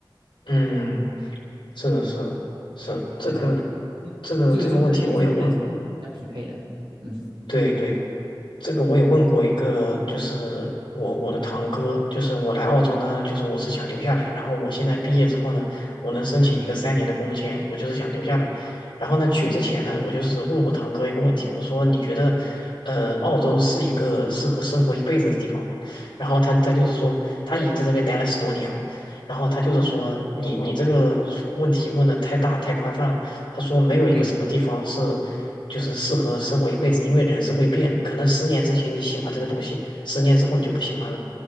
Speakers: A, on the left (about 85°); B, on the right (about 80°).
A: 嗯。是的，是的，是的这个
B: 对吧？这这个就跟你自己的性格相匹配的，
A: 这个这个问题我也问，
B: 嗯
A: 对对，这个我也问过一个，就是我我的堂哥，
B: 嗯
A: 就是我来澳洲呢，就是我是想留下来，然后我现在毕业之后呢，我能申请一个三年的工签，
B: 嗯
A: 我就是想留下来。然后呢，去之前呢，
B: 嗯
A: 我就是问我堂哥一个问题，我说你觉得，呃，澳洲是一个适合生活一辈子的地方吗？然后他他就是说他已经在这边待了十多年了，然后他就是说你你这个问题问的太大太宽泛了，
B: 嗯，
A: 他说没有一个什么地方是。
B: 对
A: 就是适合生活一辈子，因为人是会变的，可能十年之前你喜欢这个东西，十年之后你就不喜欢了，